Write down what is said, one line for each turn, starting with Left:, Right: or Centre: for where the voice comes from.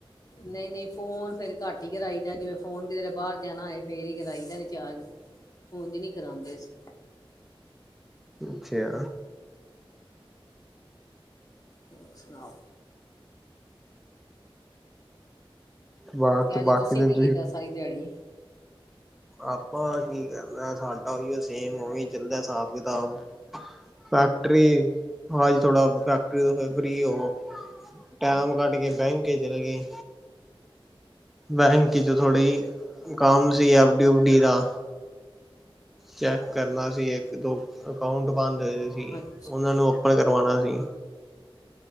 Left: ਨਹੀਂ-ਨਹੀਂ ਫੋਨ ਫੇਰ ਘੱਟ ਹੀ ਕਰਾਈ ਦਾ ਜਿਵੇਂ ਫੋਨ ਕਿਤੇਰੇ ਬਾਹਰ ਜਾਣਾ ਹੋਏ ਫੇਰ ਹੀ ਕਰਾਈ ਦਾ ਰਿਚਾਰਜ। ਉੰਝ ਨੀ ਕਰਾਉਂਦੇ ਅਸੀਂ।
Centre: ਅੱਛਾ।
Left: ਹੋਰ ਸੁਣਾਓ?
Centre: ਬਾਹਰ
Left: ਤੇ
Centre: ਤੋਂ
Left: ਅੱਜ
Centre: ਬਾਕੀ
Left: ਤੁਸੀਂ
Centre: ਦਿਨ
Left: ਕੀ ਕੀਤਾ ਸਾਰੀ ਦਿਹਾੜੀ?
Centre: ਆਪਾ ਕੀ ਕਰਨਾ ਐ ਸਾਡਾ ਓਹੀਓ ਸੇਮ ਓਵੇ ਚੱਲਦਾ ਹਿਸਾਬ ਕਿਤਾਬ। ਫੈਕਟਰੀ ਆਜ ਥੋੜਾ ਫੈਕਟਰੀ ਤੋ ਫੇਰ ਫਰੀ ਹੋਵੋ। ਟੈਮ ਕੱਢ ਕੇ ਬੈਂਕ ਚੱਲੇ ਗਏ। ਬੈਂਕ ਚ' ਥੋੜੀ ਕੰਮ ਸੀ ਐਫ ਡੀ ਓਫ ਡੀ ਦਾ। ਚੈੱਕ ਕਰਨਾ ਸੀ ਇੱਕ- ਦੋ ਅਕਾਊਂਟ ਬੰਦ ਹੋਏ- ਹੋਏ ਸੀ
Left: ਅੱਛਾ
Centre: ਉਹਨਾਂ ਨੂੰ, ਪਤਾ ਕਰਵਾਉਣਾ ਸੀ।